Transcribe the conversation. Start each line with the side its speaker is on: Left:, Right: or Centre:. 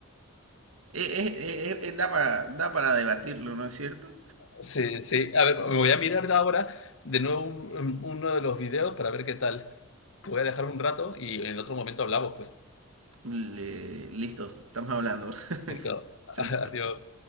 Right: Eh, eh, eh, eh, da, para, da para debatirlo, ¿no es cierto?
Left: sí, sí. A ver, me voy a mirar ahora de nuevo un- un- uno de los videos para ver qué tal. Te voy a dejar un rato y en otro momento hablamos, pues.
Right: Le- listo, estamos hablando. <laughs>
Left: Listo. <laughs>
Right: Chao, chao.
Left: Adiós.